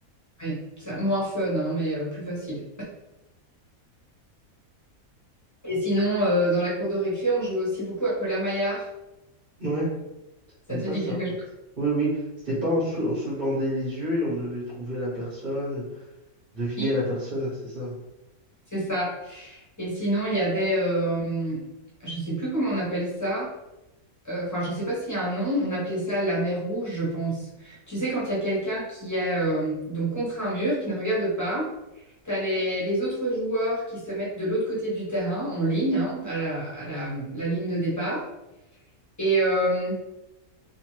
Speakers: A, on the left (about 15°); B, on the right (about 40°).
A: Ouais, c'est moins fun, hein, mais euh, plus facile. Et sinon, euh, dans la cour de récré, on jouait aussi beaucoup à Cola maillard
B: ouais,
A: Ça
B: sympa
A: te dit
B: ça.
A: quelque chose?
B: Oui, oui, c'était pas on se, on se bandait les yeux et on devait trouver la personne, deviner
A: Oui,
B: la personne, hein, c'est ça.
A: C'est ça. Et sinon, il y avait, euh, je sais plus comment on appelle ça. euh, enfin, je ne sais pas s'il y a un nom, on appelait ça la mer rouge, je pense. Tu sais, quand il y a quelqu'un qui est euh, donc contre un mur, qui ne regarde pas, tu as les, les autres joueurs qui se mettent de l'autre côté du terrain, en ligne, hein, à la, à la- la ligne de départ. Et euh,